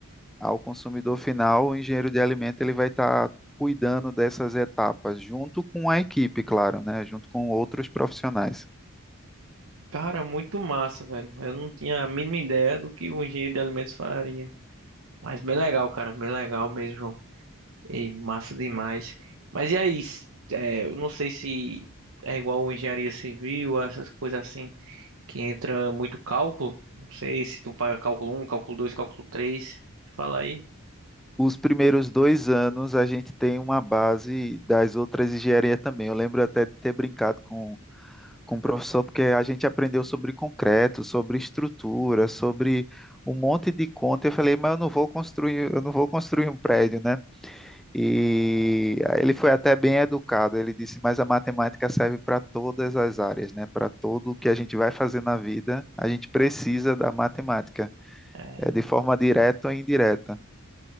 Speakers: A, in the centre; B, on the right (about 65°).
A: ao consumidor final, o engenheiro de alimento ele vai estar cuidando dessas etapas, junto com a equipe, claro, né? Junto com outros profissionais.
B: Cara, muito massa, velho. Eu não tinha a mínima ideia do que o engenheiro de alimentos faria. Mas bem legal, cara, bem legal mesmo, João. E massa demais. Mas e aí? s- é, eu não sei se é igual engenharia civil, essas coisas assim, que entra muito cálculo. Não sei se tu paga cálculo um cálculo 2 cálculo três Fala aí.
A: Os primeiros dois anos a gente tem uma base das outras engenharias também. Eu lembro até de ter brincado com, com o professor, porque a gente aprendeu sobre concreto, sobre estrutura, sobre um monte de conta. Eu falei, mas eu não vou construir, eu não vou construir um prédio, né? E ele foi até bem educado. Ele disse: Mas a matemática serve para todas as áreas, né? Para tudo que a gente vai fazer na vida, a gente precisa da matemática,
B: É,
A: é, de forma direta ou indireta.